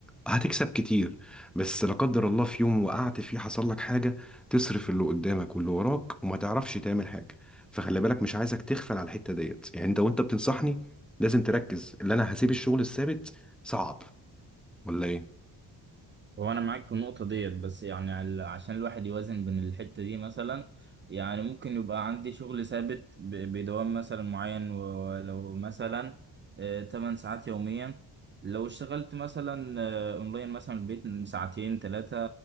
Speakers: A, in the centre; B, on the right.
A: هتكسب كتير بس لا قدر الله في يوم وقعت فيه حصل لك حاجة تصرف اللي قدامك واللي وراك وما تعرفش تعمل حاجة فخلي بالك مش عايزك تغفل على الحتة ديت يعني انت وانت بتنصحني لازم تركز اللي انا هسيب الشغل الثابت صعب ولا ايه
B: هو انا معاك في النقطه ديت بس يعني عل- عشان الواحد يوازن بين الحته دي مثلا يعني ممكن يبقى عندي شغل ثابت ب- بدوام مثلا معين ولو مثلا آه، 8 ساعات يوميا لو اشتغلت مثلا آه، اونلاين مثلا البيت من ساعتين ثلاثه